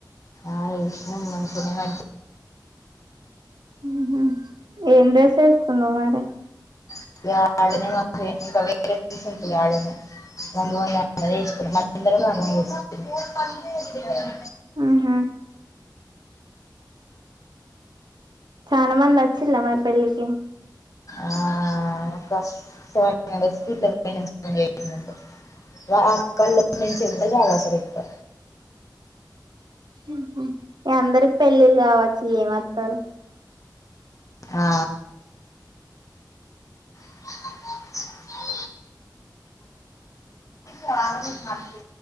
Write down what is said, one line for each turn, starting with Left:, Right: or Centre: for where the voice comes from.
Left: ఆ ఏసినం మంచిగనే మంచి
Right: ఊహు ఏం డ్రెస్ వేసుకున్నావు మరి
Left: <unintelligible> ఇంకా వేరే టీ షర్ట్ యాడనే లంగావోణీ అన్నది వేసుకున్నాం అందరం లంగావోణీ వేసుకున్నం
Right: అహ చాలా మంది వచ్చిండ్రా మరి పెళ్ళికి
Left: ఆ ఫస్ట్ సెవెన్ మెంబెర్స్ కి ఇట్ల పోయినం సెవెన్ ఎయిట్ మెంబెర్స్ కి <unintelligible> ఎవల్ రాలె అసలు ఎక్కువ
Right: ఊహు ఇగ అందరికి పెళ్ళిళ్ళు కావచ్చు ఇగ ఏమత్తరు
Left: ఆ <unintelligible> కార్లు మాకి